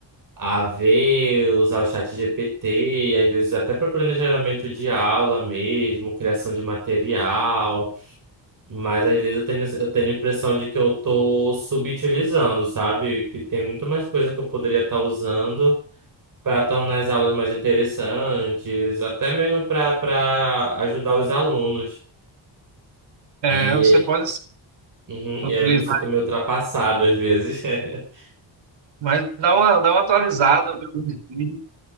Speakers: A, on the right (about 45°); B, on the right (about 65°).
A: A ver, usar o chat GPT, às vezes até para planejamento de aula mesmo, criação de material. Mas às vezes eu tenho, eu tenho a impressão de que eu tô subutilizando, sabe? Que tem muito mais coisa que eu poderia estar usando para tornar as aulas mais interessantes, até mesmo para para ajudar os alunos.
B: É,
A: E,
B: você pode sim,
A: eh, uhum,
B: utilizar,
A: e aí eu me sinto meio ultrapassado às vezes. <laughs>
B: mas dá uma, dá uma atualizada ver alguns vídeos